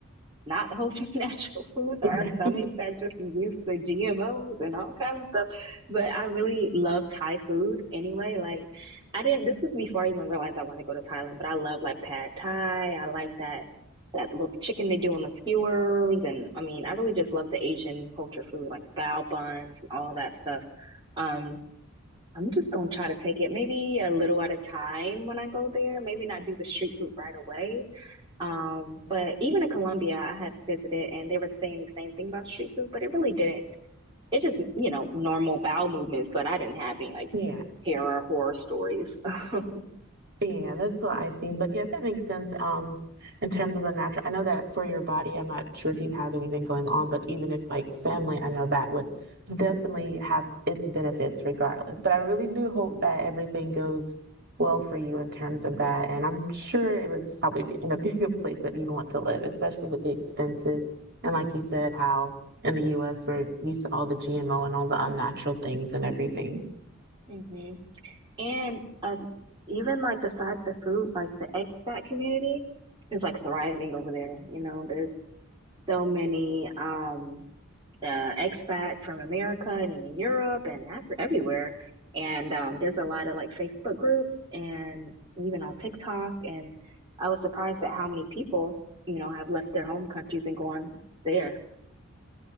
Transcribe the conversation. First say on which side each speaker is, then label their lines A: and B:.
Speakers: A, on the right; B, on the right.
A: not <laughs> wholesome natural food. So
B: Yeah.
A: our stomachs are just used to GMOs and all kinds of stuff. But I really love Thai food anyway. Like I didn't this was before I even realized I want to go to Thailand, but I love like pad Thai. I like that that little chicken they do on the skewers and I mean I really just love the Asian culture food, like bao buns and all that stuff. Um I'm just gonna try to take it maybe a little at a time when I go there. Maybe not do the street food right away um, but even in Colombia, I had visited and they were saying the same thing about street food, but it really didn't. It just, you know, normal bowel movements, but I didn't have any like
B: Yeah.
A: terror horror stories. <laughs>
B: Yeah, that's what I've seen. But yeah, that makes sense. Um, in terms of the natural, I know that for your body, I'm not sure if you have anything going on, but even if like family, I know that would definitely have its benefits regardless. But I really do hope that everything goes well for you in terms of that. And I'm sure it would probably be, end up <laughs> being a place that you want to live, especially with the expenses. And like you said, how in the US we're used to all the GMO and all the unnatural things and everything.
A: hmm And uh, even like besides the food, like the expat community is like thriving over there. You know, there's so many. Um, uh, expats from America and even Europe and Afri- everywhere. And um, there's a lot of like Facebook groups and even on TikTok. And I was surprised at how many people, you know, have left their home countries and gone there.